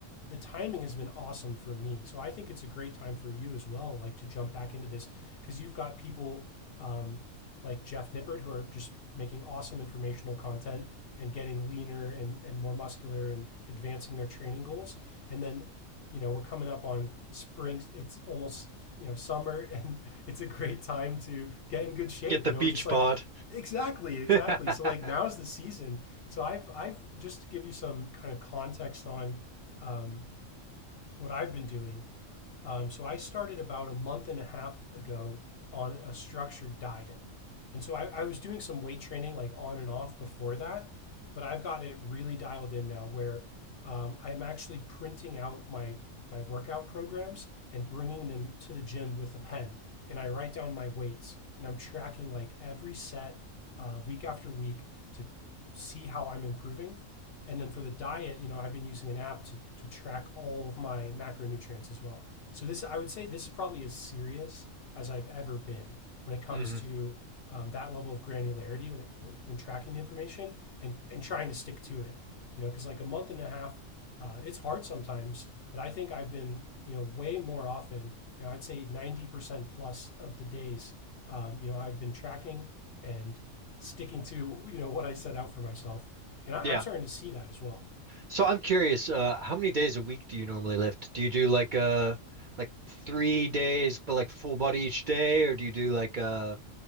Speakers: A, on the left (about 60°); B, on the right (about 55°).
A: the timing has been awesome for me. So I think it's a great time for you as well, like to jump back into this because you've got people um, like Jeff Nippert who are just making awesome informational content and getting leaner and, and more muscular and advancing their training goals. And then, you know, we're coming up on spring. It's almost, you know, summer <laughs> and it's a great time to get in good shape,
B: get the
A: you know,
B: beach
A: and just like,
B: bod.
A: exactly, exactly.
B: <laughs>
A: So like now's the season. So I've, I've just to give you some kind of context on um, what I've been doing um, so I started about a month and a half ago on a structured diet. And so I, I was doing some weight training like on and off before that, but I've got it really dialed in now where um, I'm actually printing out my my workout programs and bringing them to the gym with a pen. And I write down my weights and I'm tracking like every set uh, week after week to see how I'm improving. And then for the diet, you know, I've been using an app to, to track all of my macronutrients as well. So this, I would say, this is probably as serious as I've ever been when it comes
B: hmm
A: to um, that level of granularity when it, when tracking the information and and trying to stick to it. You know, because like a month and a half uh, it's hard sometimes, but I think I've been, you know, way more often, you know, I'd say 90% plus of the days, um, you know, I've been tracking and sticking to, you know, what I set out for myself. And I, I'm
B: Yeah.
A: starting to see that as well.
B: So I'm curious, uh, how many days a week do you normally lift? Do you do like uh like three days but like full body each day, or do you do like uh